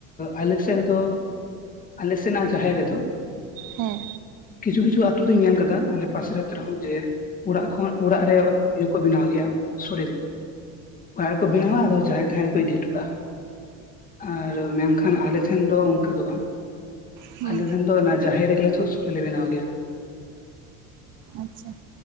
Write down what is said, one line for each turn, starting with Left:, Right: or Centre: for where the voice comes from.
Left: ᱟᱞᱮ ᱥᱮᱫ ᱨᱮᱫᱚ ᱟᱞᱮ ᱥᱮᱱᱟᱜ ᱡᱟᱟᱦᱮᱨ ᱨᱮ ᱫᱚ,
Right: ᱦᱮᱸ
Left: ᱠᱤᱪᱷᱩ ᱠᱤᱪᱷᱩ ᱟᱛᱳ ᱫᱚᱧ ᱧᱮᱞ ᱠᱟᱫᱟ ᱟᱞᱮ ᱯᱟᱥᱮᱨ ᱟᱛᱳ ᱨᱮᱦᱚᱸ ᱡᱮ ᱚᱲᱟᱜ ᱠᱷᱚᱱ ᱚᱲᱟᱜ ᱨᱮ ᱤᱭᱟᱹ ᱠᱚ ᱵᱮᱱᱟᱣ ᱜᱮᱭᱟ ᱥᱳᱲᱮ᱾ ᱚᱲ <unintelligible> ᱨᱮ ᱠᱚ ᱵᱮᱱᱟᱣ-ᱟ ᱟᱫᱚ ᱡᱟᱦᱮᱨ ᱛᱷᱟᱱ ᱨᱮ ᱠᱚ ᱫᱤᱫ ᱦᱚᱴᱚ ᱠᱟᱜ-ᱟ᱾ ᱟᱨ ᱢᱮᱱᱠᱷᱟᱱ ᱟᱞᱮ ᱴᱷᱮᱱ ᱫᱚ ᱚᱱᱠᱟ ᱫᱚ ᱵᱟᱝ,
Right: ᱦᱩᱸ
Left: ᱟᱞᱮ ᱴᱷᱮᱱ ᱫᱚ ᱚᱱᱟ ᱡᱟᱦᱮᱨ ᱨᱮᱜᱮ ᱞᱮ ᱥᱳ-ᱥᱳ᱾ ᱪᱚᱞᱮ ᱵᱮᱱᱟᱣ ᱜᱮᱭᱟ᱾
Right: ᱟᱪᱪᱷᱟ᱾